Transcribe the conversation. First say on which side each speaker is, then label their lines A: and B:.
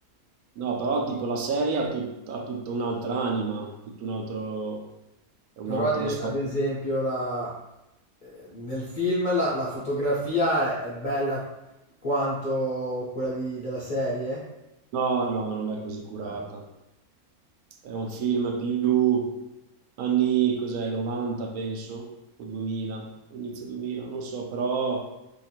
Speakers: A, on the right; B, on the left.
A: No, però tipo la serie ha, tut- ha tutta un'altra anima, tutto un altro, è un
B: Però
A: altro
B: ad,
A: storico.
B: ad esempio la- eh, nel film la, la fotografia è, è bella quanto quella di- della serie.
A: No, no, non è così curata.
B: Eh,
A: È un film più anni, cos'è, 90 penso, o 2000, inizio 2000, non so, però